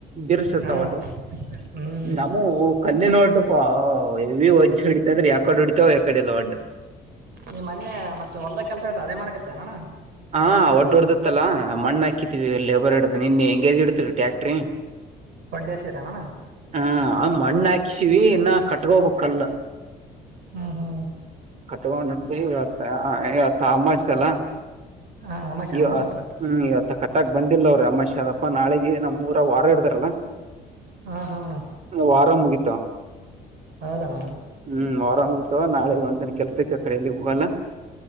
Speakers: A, on the right; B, on the right.
A: ಬಿರ್ಸುತ್ತ
B: ಹಾ
A: ಒಟ್ಟು
B: ಅಣ್ಣ ಹ್ಮ್
A: ನಮ್ಮ ಕ್ಣಿನ ಒಡ್ಡ ಪ ಇವಿ ವಜ್ಜ ಹಿಡಿತ ಅ್ರ ಯಕಡೆ ಹೊಡಿತಾವ ಯಕಡ ಇಲ್ಲ ಒಡ್ಡ
B: ಈ ಮೊನ್ನೆ ಮತ್ತೆ ಹೊಲ್ದ ಕೆಲ್ಸ ಇ್ರ ಅದೇ ಮಾಡಕತ್ತ ಅಣ
A: ಹಾ ಒಡ್ ಹೊಡದತ್ತಲ್ಲಾ ಮಣ್ಣ ಹಾಕತಿವಿ ಲೇಬರ್ ಇಡ್ದ ನಿನ್ ಹೆಂಗೇಜ್ ಇಡತರಿ ಟ್ಯಾಕ್ಟ್ರಿ
B: ಒಡೇರ್ಷತಾನ
A: ಹ ಆ ಮಣ್ಣ ಹಾಕ್ಸಿವಿ ಇನ್ನ ಕಟ್ಕೋಬೇಕಲ್ಲ
B: ಹ್ಮ ಹ್ಮ
A: ಕಟ್ಕೊಂಡತಿ ಇವತ್ತು ಇವತ್ತು ಅಮ್ಮಾಯಸೆ ಎಲ್ಲ
B: ಹಾ ಅಮಾಷೆನ
A: ಇವ
B: ಅಣ್ಣ ಇವತ್ತು
A: ಹ್ಮ್ ಇವತ್ತ ಕಟ್ಟಕ್ ಬಂದಿಲ್ಲ ಅವ್ರೀ ಅಮ್ಮಾಶದಪ್ಪ ನಾಳೆ ನಮ್ಮ ಊರ ವಾರ ಹಾಡ್ದಾರಲ್ಲಾ
B: ಹಾ ಹಾ
A: ವಾರ ಮುಗೀತ
B: ಹೌದಣಾ
A: ಹ್ಮ್ ಆರಾಮ ಆಗ್ತವ ನಾಳೆಗ ಒಂದನ ಕೆಲ್ಸಕ್ಕೆ ಕಡೆಯಲ್ಲಿ ಹೋಗಲ್ಲ